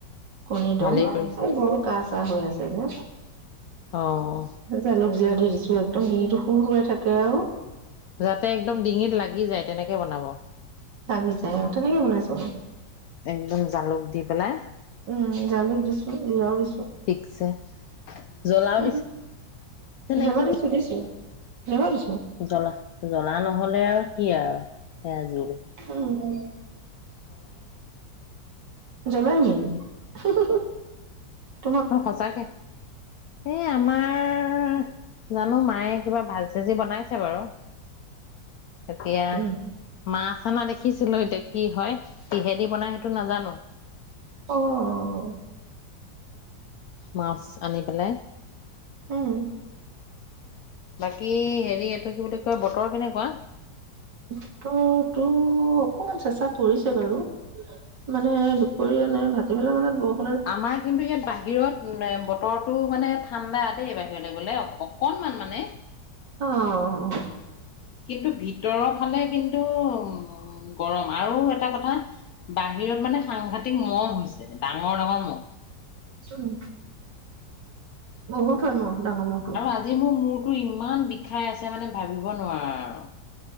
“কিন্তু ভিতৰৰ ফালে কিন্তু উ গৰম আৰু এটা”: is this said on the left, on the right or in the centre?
Left